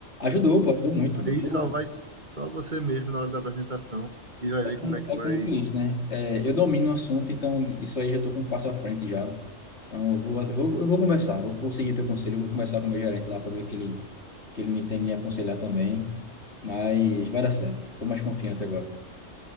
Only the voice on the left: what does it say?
Ajudou, pô, ajudou muito.
Eu,
é
como,
é
como tu disse, né? É, eu domino o assunto, então isso aí já estou com um passo à frente já. Então eu vou, eu vou, eu vou conversar, vou, vou seguir teu conselho, eu vou conversar com o meu gerente lá para ver que ele, que ele me tem me aconselhar também. Mas vai dar certo. Estou mais confiante agora.